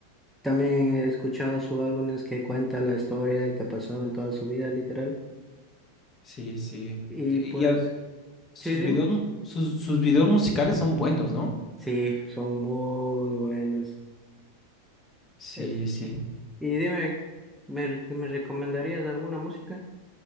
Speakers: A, in the centre; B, on the left.
A: También he escuchado sus álbumes que cuenta la historia de que ha pasado en toda su vida, literal.
B: Sí, sí.
A: Y
B: Te-
A: pues,
B: Y a- sus
A: sí, dime.
B: videos, mu- sus, sus videos musicales son buenos, ¿no?
A: Sí, son muy buenos.
B: Sí,
A: Es-
B: sí.
A: y dime, ¿me, re- me recomendarías alguna música